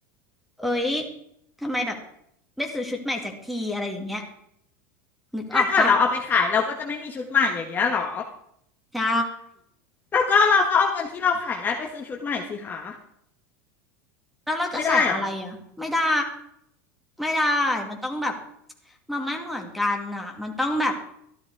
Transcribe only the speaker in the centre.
เอ้ยทำไมแบบไม่ซื้อชุดใหม่สักทีอะไรอย่างเงี้ยนึกออกปะ
ใช่
แล้วเราจะใส่อะไรอ่ะไม่ได้
ไม่ได้มันต้องแบบมันไม่เหมือนกันอ่ะมันต้องแบบ